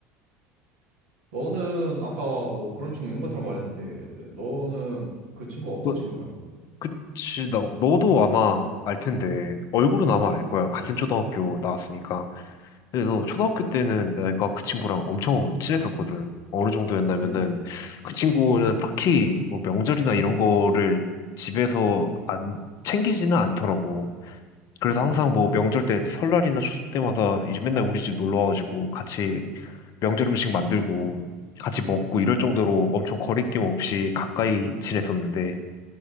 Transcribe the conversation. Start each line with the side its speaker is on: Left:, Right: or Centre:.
Right: 너는 아까 뭐 그런 친구 있는 것처럼 말했는데, 너는 그 친구가 어떤
Left: 그-
Right: 친구야?
Left: 그치, 나, 너도 아마 알 텐데, 얼굴은 아마 알
Right: 응,
Left: 거야. 같은 초등학교 나왔으니까. 그래서
Right: 응,
Left: 초등학교 때는 내가 그 친구랑 엄청 친했었거든. 어느 정도였냐면은
Right: 응,
Left: 그 친구는 딱히 뭐 명절이나 이런 거를 집에서 안 챙기지는 않더라고. 그래서
Right: 응,
Left: 항상 뭐 명절 때 설날이나 추석 때마다 이제 맨날 우리 집 놀러 와가지고 같이 명절 음식 만들고 같이 먹고
Right: 응,
Left: 이럴 정도로 엄청 거리낌 없이 가까이 지냈었는데